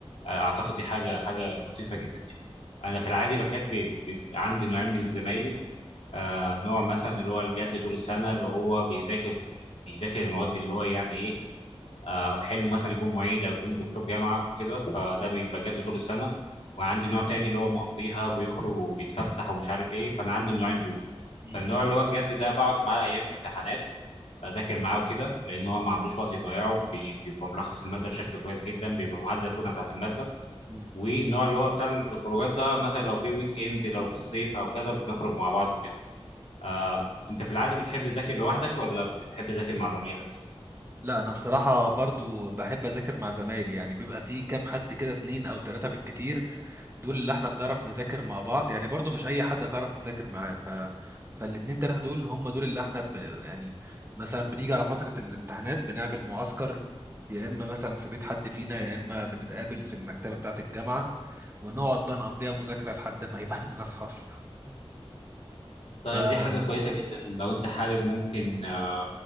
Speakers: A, on the left; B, on the right.
A: آه، اعتقد دي حاجه حاجه لطيفه جدا يعني انا في العادي بحب بيبقى عندي نوعين من الزمايلي آه، نوع مثلا اللي هو الجد طول السنه اللي هو بيذاكر بيذاكر المواد اللي هو يعني إيه، آه، حلو مثلا يكون معيد او يكون دكتور جامعه وكده فده بيبقى جد طول السنه وعندي نوع تاني اللي هو مقضيها بيخرج وبيتفسح ومش عارف ايه فانا عندي النوعين دول
B: مم.
A: فالنوع اللي هو الجد ده بقعد معاه ايام الامتحانات اذاكر معاه وكده لان هو ما عندوش وقت يضيعه بي- بيبقى ملخص الماده بشكل كويس جدا بيبقى معاه الزتونه بتاعت الماده
B: مم.
A: والنوع اللي هو بتاع الخروجات ده مثلا لو في ويك اند لو في الصيف او كده بنخرج مع بعض وكده آه، انت في العادي بتحب تذاكر لوحدك ولا بتحب تذاكر مع زمايلك
B: لا أنا بصراحة برضو بحب أذاكر مع زمايلي يعني بيبقى في كام حد كده اتنين أو تلاتة بالكتير دول اللي احنا بنعرف نذاكر مع بعض يعني برضو مش اي حد هتعرف تذاكر معاه ف فالاتنين تلاتة دول هم دول اللي احنا ب... يعني مثلا بنيجي على فترة الامتحانات بنعمل معسكر يا اما مثلا في بيت حد فينا يا اما بنتقابل في المكتبة بتاعة الجامعة ونقعد بقى نقضيها مذاكرة لحد ما يبان لنا اصحاب <laughs>
A: طيب
B: ف
A: دي حاجة كويسة جدا لو أنت حابب ممكن آه،